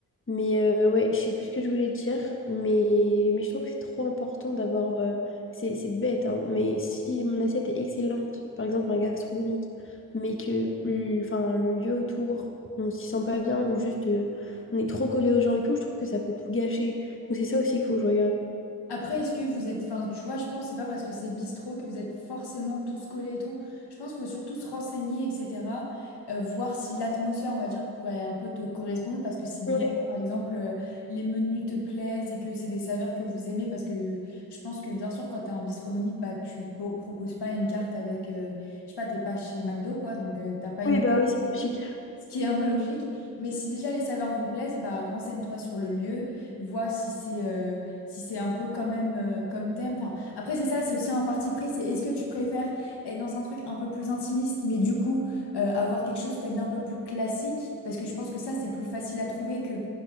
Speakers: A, on the left; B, on the left.
A: Mais euh, ouais, je sais plus ce que je voulais dire, mais, mais je trouve que c'est trop important d'avoir. euh, c'est c'est bête, hein, mais si mon assiette est excellente, par exemple un gastronomique, mais que l- enfin, le lieu autour on s'y sent pas bien ou juste euh, on est trop collé aux gens et tout, je trouve que ça peut tout gâcher. Donc c'est ça aussi qu'il faut que je regarde.
B: Après, est-ce que vous êtes, enfin, tu vois, je pense c'est pas parce que c'est bistrot que vous êtes forcément tous collés et tout. Je pense qu'il faut surtout se renseigner, etc. euh, voir si l'atmosphère, on va dire, pourrait un peu te correspondre. Parce que si
A: Ouais.
B: déjà, par exemple, euh, les menus te plaisent et que c'est des saveurs que vous aimez, parce que je pense que bien sûr, quand t'as un bistronomique, bah, tu po- proposes pas une carte avec, euh, je sais pas, t'es pas chez McDo, quoi, donc euh, t'as pas
A: Oui,
B: une
A: bah oui, c'est logique.
B: ce qui est un peu logique. Mais si déjà les saveurs vous plaisent, bah, renseigne-toi sur le lieu, vois si c'est euh, si c'est un peu quand même euh, comme thème. Enfin, après, c'est ça, c'est aussi un parti pris, c'est est-ce que tu préfères être dans un truc un peu plus intimiste, mais du coup euh, avoir quelque chose peut-être d'un peu plus classique, parce que je pense que ça, c'est plus facile à trouver que...